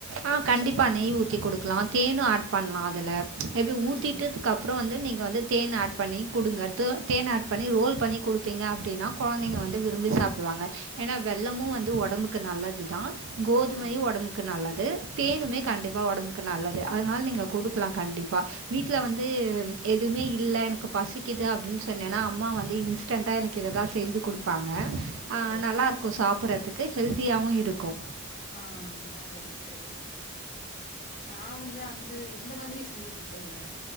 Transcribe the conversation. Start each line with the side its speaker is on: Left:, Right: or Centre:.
Right: ஆ கண்டிப்பாக நெய் ஊத்தி குடுக்கலா தேனு ஆட் பண்ணலா அதுல எப்டி
Left: ம்
Right: ஊத்திட்டு கப்புறோ வந்து நீங்க வந்து தேன் ஆட் பண்ணி குடுங்க து தேன் ஆட் பண்ணி ரோல் பண்ணி குடுத்தீங்க அப்டின்னா கொழந்தைங்க வந்து விரும்பி சாப்டுவாங்க ஏனா வெல்லமு வந்து உடம்புக்கு நல்ல துதா கோதுமயு
Left: ஆமா
Right: உடம்புக்கு நல்லது தேனுமே
Left: ஆ
Right: கண்டிப்பா உடம்புக்கு கு நல்லது அதனால நீங்க
Left: ஆமா
Right: குடுக்கலா கண்டிப்பா வீட்ல் வந்து எதுவுமே இல்ல எனக்கு பசிக்குது அப்டின்னு சொன்னேனா அம்மா வந்து இன்ஸ் டன்டா எனக்கு இததா செஞ்சு குடுப்பாங்க அ
Left: ஓ
Right: நல்லா இருக்கு சாப்ட்றதுக்கு ஹெல்தியாவு இருக்கு
Left: ஆ சேரி சேரி நா வந்து அந்து இந்த மாரி செஞ்சு குடுத்ததில்ல